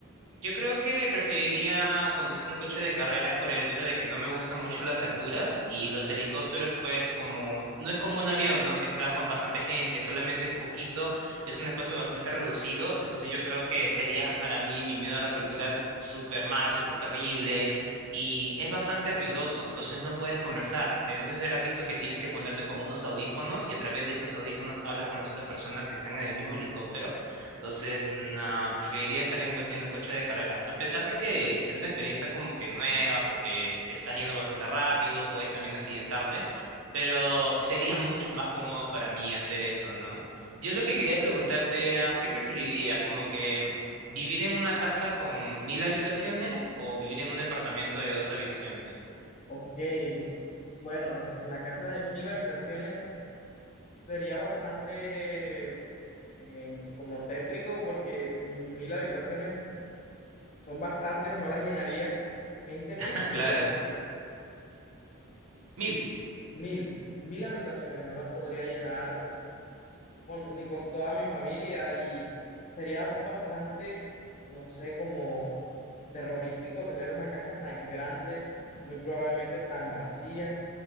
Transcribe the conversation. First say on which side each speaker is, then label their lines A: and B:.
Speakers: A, on the right; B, on the left.
A: Yo creo que preferiría conducir un coche de carreras por el hecho de que no me gustan mucho las alturas y los helicópteros, pues como no es como un avión, ¿no? Que estás con bastante gente, solamente es poquito, es un espacio bastante reducido, entonces yo creo que sería <laughs> para mí mi miedo a las alturas súper mal, súper terrible y es bastante ruidoso, entonces no puedes conversarte. No sé si habrás visto que tienes que ponerte como unos audífonos y a través de esos audífonos hablas con las otras personas que están en el mismo helicóptero. Entonces, no, preferiría estar en, co- en un coche de carreras. A pesar de que será una experiencia como que nueva, porque te estás yendo bastante rápido, puedes también accidentarte, pero sería <laughs> mucho más cómodo para mí hacer eso, ¿no? Yo lo que quería preguntarte era, ¿qué preferirías? Como que vivir en una casa con mil habitaciones o vivir en un departamento de dos habitaciones.
B: Ok, bueno, en la casa de mil habitaciones sería bastante en- como tétrico porque mil habitaciones son bastantes, no las llenaría. ¿Me dijiste mil
A: <laughs>
B: o
A: Claro.
B: cien
A: Mil.
B: Mil, mil habitaciones, no las podría llenar con- ni con toda mi familia y sería bastante, no sé, como terrorífico tener una casa tan grande, muy probablemente tan vacía,